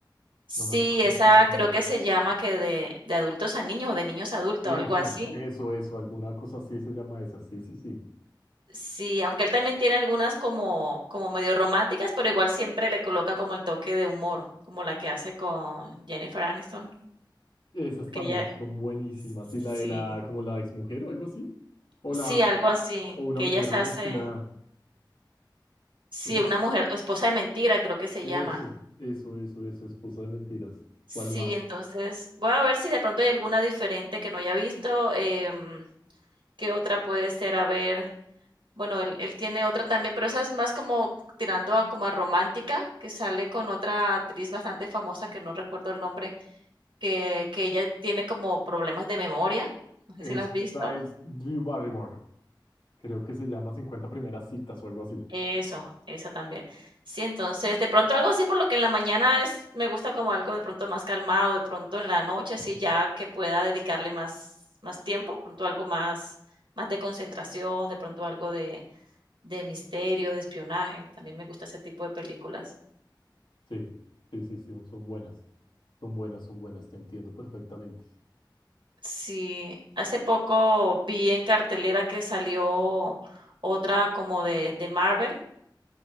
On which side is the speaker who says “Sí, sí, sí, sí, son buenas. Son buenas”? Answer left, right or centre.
Left